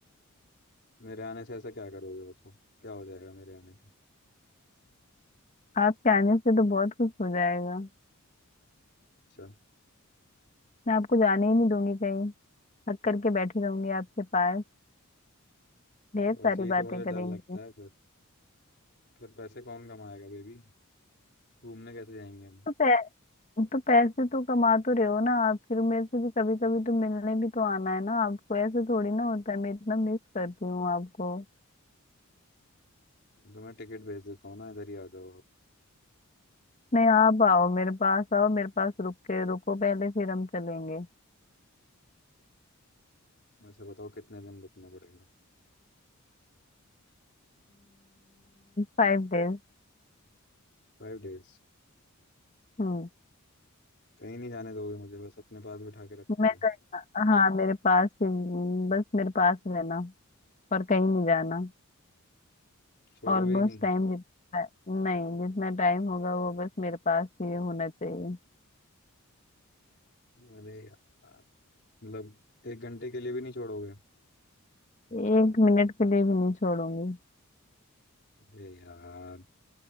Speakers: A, on the left; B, on the left.
A: मेरे आने से ऐसा क्या करोगे बताओ क्या हो जाएगा मेरे आने से
B: आपके आने से तो बहुत कुछ हो जाएगा
A: अच्छा
B: मैं आपको जाने ही नहीं दूंगी कहीं थक करके बैठी रहूंगी आपके पास ढेर
A: बस
B: सारी
A: यही
B: बातें
A: तो मुझे
B: करेंगी
A: डर लगता है फिर फिर पैसे कौन कमाएगा बेबी घूमने कैसे जाएंगे हम
B: तो पै, तो पैसे तो कमा तो रहे हो ना आप फिर मेरे से भी कभी कभी तो मिलने भी तो आना है ना आपको ऐसे थोड़ी ना होता है मैं इतना मिस करती हूँ आपको
A: तो मैं टिकट भेज देता हूँ ना इधर ही आ जाओ आप
B: नहीं आप आओ मेरे पास आओ मेरे पास रुक के रुको पहले फिर हम चलेंगे
A: वैसे बताओ कितने दिन रुकना पड़ेगा
B: Five days Hmm five days,
A: फाइव डेज
B: हम्म।
A: कहीं नहीं जाने दोगे मुझे बस अपने पास बिठा के रखोगे
B: मैं कहीं हाँ मेरे पास ही बस मेरे पास रहना पर कहीं नहीं जाना
A: छोड़ोगे
B: ऑलमोस्ट
A: ही नहीं
B: टाइम जितना नहीं जितना टाइम होगा वो बस मेरे पास ही होना चाहिए
A: अरे यार मतलब एक घंटे के लिए भी नहीं छोड़ोगे
B: एक मिनट के लिए भी नहीं छोड़ूंगी
A: अरे यार